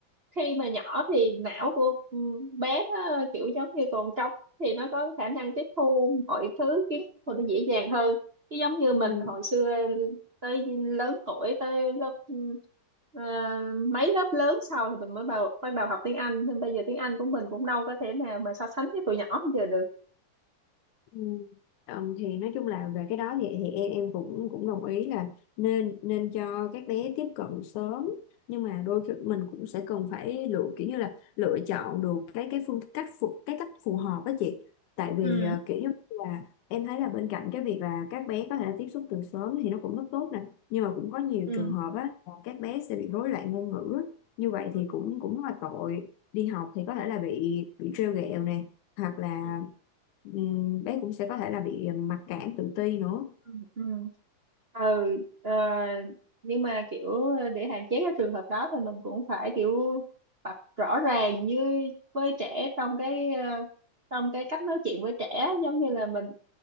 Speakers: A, on the right (about 55°); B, on the left (about 80°).
A: khi mà nhỏ thì não của ừ, bé nó kiểu giống như còn trống thì nó có khả năng tiếp thu mọi thứ kiến thức của nó dễ dàng hơn chứ giống như mình
B: Ừ.
A: hồi xưa tới lớn tuổi tới lớp ừ, ờ, mấy lớp lớn sau thì mình mới bắt đầu bắt đầu học tiếng Anh nhưng bây giờ tiếng Anh của mình cũng đâu có thể nào mà so sánh với tụi nhỏ bây giờ được
B: Ừ. Ờ, thì nói chung là về cái đó thì thì em em cũng cũng đồng ý là nên nên cho các bé tiếp cận sớm nhưng mà đôi khi mình cũng sẽ cần phải lựa kiểu như là lựa chọn được cái cái phương cách phù, cái cách phù hợp đó chị tại vì
A: ừ
B: ờ, kiểu như là em thấy là bên cạnh cái việc là các bé có thể là tiếp xúc từ sớm thì nó cũng rất tốt nè nhưng mà cũng có nhiều
A: ừ
B: trường hợp á là các bé sẽ bị rối loạn ngôn ngữ á. như vậy
A: ừ
B: thì cũng cũng rất là tội đi học thì có thể
A: ừ
B: là bị bị trêu ghẹo nè hoặc là
A: ừ
B: Ừm, bé cũng sẽ có thể là bị ờ, mặc cảm tự ti nữa
A: ừ ừ. ừ ờ, nhưng mà kiểu để hạn chế cái trường hợp đó thì mình cũng phải kiểu tập rõ ràng với với trẻ trong cái ờ, trong cái cách nói chuyện với trẻ giống như là mình